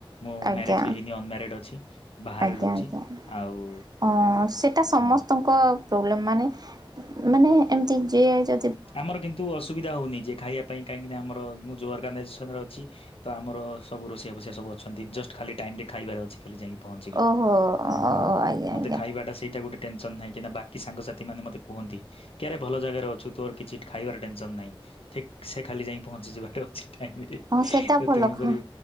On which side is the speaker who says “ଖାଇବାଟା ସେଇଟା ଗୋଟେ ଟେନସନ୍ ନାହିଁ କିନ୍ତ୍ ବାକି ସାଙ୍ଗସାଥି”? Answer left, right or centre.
Left